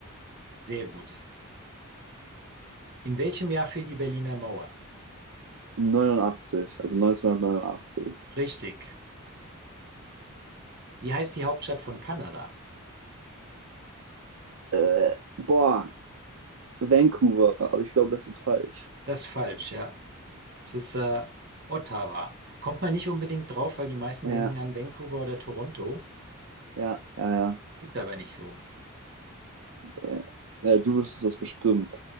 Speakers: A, on the right; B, on the right.
A: Sehr gut. In welchem Jahr fiel die Berliner Mauer?
B: 89, also 1989.
A: Richtig. Wie heißt die Hauptstadt von Kanada?
B: Äh, boah, Vancouver, aber ich glaube, das ist falsch.
A: Das ist falsch, ja. Es ist äh, Ottawa. Kommt man nicht unbedingt drauf, weil die meisten
B: Ja,
A: denken an Vancouver oder Toronto.
B: ja, ja, ja.
A: Ist aber nicht so.
B: Ja, ja du wüsstest das bestimmt.